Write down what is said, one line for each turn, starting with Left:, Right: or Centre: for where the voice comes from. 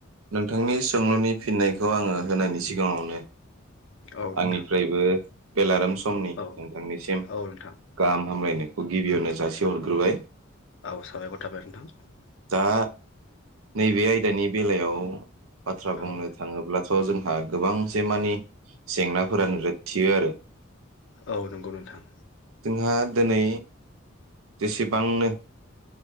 Right: नोंथांनि सोंलुनि फिननायखौ आङो होनायनि सिगाङावनो
Left: औ नोंथां
Right: आंनिफ्रायबो बेलारोम सम समनि
Left: औ
Right: नोंथांनिसिम
Left: औ नोंथां
Right: गाहाम हामलायनायखौ गिबियावनो जासिहरग्रोबाय।
Left: औ साबायखर थाबाय नोंथां।
Right: दा नैबे आयदानि बेलायाव औ। बाथ्रा बुंनो
Left: औ
Right: थाङोब्ला थ जोंहा गोबां जेंनानि जेंनाफोरा नुजाथियो आरो।
Left: औ नंगौ नोंथां।
Right: जोंहा दिनै जेसेबांनो